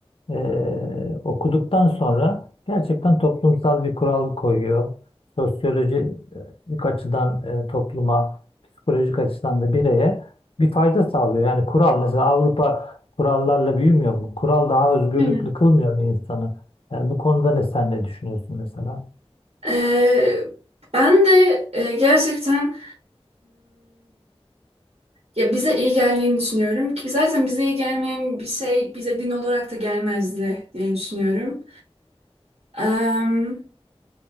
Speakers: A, on the left; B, on the right.
A: ee, okuduktan sonra gerçekten toplumsal bir kural koyuyor. Sosyolojik açıdan e, topluma, psikolojik açıdan da bireye bir fayda sağlıyor. Yani kural mesela Avrupa kurallarla büyümüyor mu? Kural daha özgürlüklü
B: Aynen.
A: kılmıyor mu insanı? Yani bu konuda ne sen ne düşünüyorsun mesela?
B: Eee, ben de eee, gerçekten Ya bize iyi geldiğini düşünüyorum ki zaten bize iyi gelmeyen bir şey bize din olarak da gelmezdi diye düşünüyorum. Em,